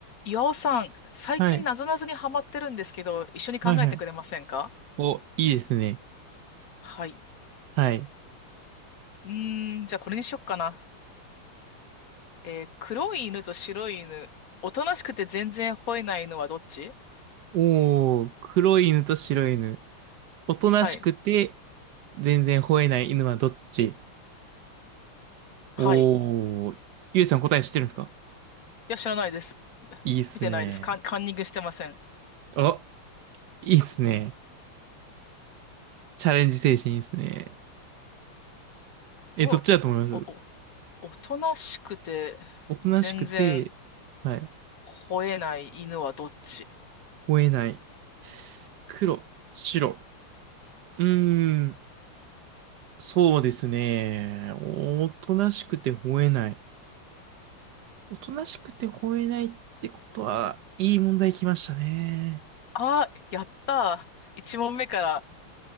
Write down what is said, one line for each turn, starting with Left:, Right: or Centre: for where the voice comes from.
Left: 岩尾さん、最近なぞなぞにハマってるんですけど、
Right: はい。
Left: 一緒に考えてくれませんか
Right: はいはい。お、いいですね。
Left: はい。
Right: はい。
Left: うーん、じゃあこれにしよっかな。えー黒い犬と白い犬。おとなしくて全然吠えない犬はどっち
Right: おー、黒い犬と白い犬。おとなしくて、
Left: はい。
Right: 全然吠えない犬はどっち
Left: はい。
Right: おー、
Left: い
Right: ゆうさん答え知ってるんですか
Left: や、知らないです。
Right: いいっすね。
Left: 見てないです。カン、カンニングしてません。
Right: お、いいっすね。チャレンジ精神いいっすね。え、
Left: お、
Right: どっちだと思います
Left: お、お、お、おとなしくて全然
Right: おとなしくて、はい。
Left: 吠えない犬はどっち
Right: 吠えない。黒、白。うーん、そうですね。おとなしくて吠えない。おとなしくて吠えないってことは、いい問題きましたね。
Left: あやったー。一問目から